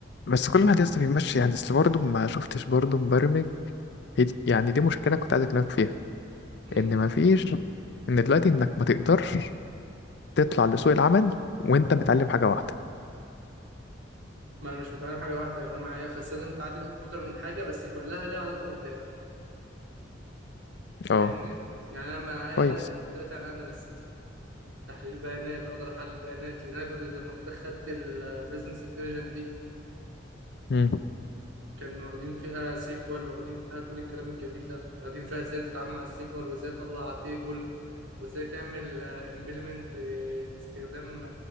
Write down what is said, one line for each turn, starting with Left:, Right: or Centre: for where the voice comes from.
Left: بس كل واحد يسطا بيمشي يعني اصل برضه ما شفتش برضه مبرمج هي دي- يعني دي مشكلة كنت عايز اكلمك فيها
Right: امم
Left: ان ما فيش ان دلوقتي انك ما تقدرش تطلع لسوق العمل وانت متعلم حاجة واحدة
Right: ما انا مش متعلم حاجه واحده انا معايا بس انا متعلم اكتر من حاجه بس كلها ليها علاقه بالداتا
Left: اه
Right: فاهمني يعني انا معايا
Left: كويس
Right: داتا اناليست تحليل بيانات اقدر احلل بيانات لان انا كنت زي ما قلت لك خدت البيزنس انتليجنت دي
Left: امم
Right: كانوا واخدين فيها سيكوال واخدين فيها كل الكلام الجميل ده واخدين فيها ازاي تتعامل مع السيكوال وازاي تطلع تيبل وازاي تعمل امبلمنت باستخدام